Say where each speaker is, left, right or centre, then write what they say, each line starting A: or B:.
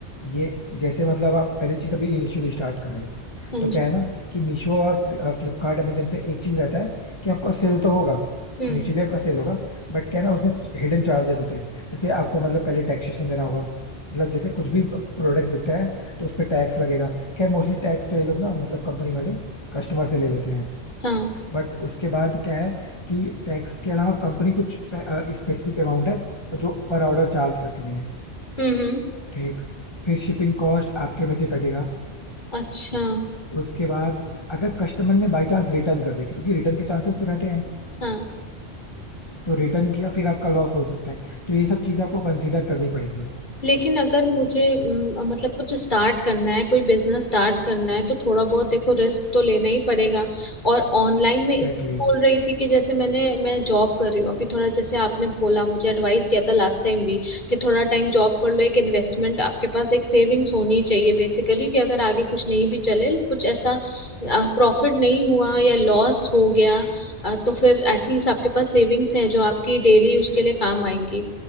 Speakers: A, on the left; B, on the left.
A: ये जैसे मतलब आप पहली चीज अभी इनिशियली स्टार्ट कर रहे हो
B: हाँ
A: तो क्या
B: जी
A: है ना कि मीशो और फ्लिपकार्ट अमेजन पे एक चीज रहता है कि आपका सेल तो होगा
B: हम्म
A: इनिशियली आपका सेल होगा बट क्या है ना उसमें हिडन चार्जेस होते हैं जैसे आपको मतलब पहले टैक्सेशन देना होगा मतलब जैसे कुछ भी प्रोडक्ट बिकता है तो उस पर टैक्स लगेगा खैर मोस्टली टैक्स तो ये लोग ना मतलब कंपनी वाले कस्टमर से ले लेते हैं
B: हाँ
A: बट उसके बाद क्या है कि टैक्स के अलावा कंपनी कुछ स्पेसिफिक अमाउंट है जो पर ऑर्डर चार्ज करती है
B: हम्म हम्म,
A: ठीक फिर शिपिंग कॉस्ट आपके में से कटेगा
B: अच्छा
A: उसके बाद अगर कस्टमर ने बाई चांस रिटर्न कर दे क्योंकि रिटर्न के चांसेस तो रहते हैं
B: हाँ
A: तो रिटर्न किया फिर आपका लॉस हो सकता है तो ये सब चीजें आपको कंसीडर करनी पड़ेगी
B: लेकिन अगर मुझे म, मतलब कुछ स्टार्ट करना है कोई बिजनेस स्टार्ट करना है तो थोड़ा बहुत देखो रिस्क तो लेना ही पड़ेगा और ऑनलाइन
A: Exactly
B: में इस
A: exactly.
B: बोल रही थी कि जैसे मैंने मैं जॉब कर रही हूँ अभी थोड़ा जैसे आपने बोला मुझे एडवाइस किया था लास्ट टाइम भी कि थोड़ा टाइम जॉब कर लो एक इन्वेस्टमेंट आपके पास एक सेविंग्स होनी चाहिए बेसिकली कि अगर आगे कुछ नहीं भी चले कुछ ऐसा प्रॉफिट नहीं हुआ या लॉस हो गया अ, तो फिर एटलीस्ट आपके पास सेविंग्स हैं जो आपकी डेली उसके लिए काम आएंगी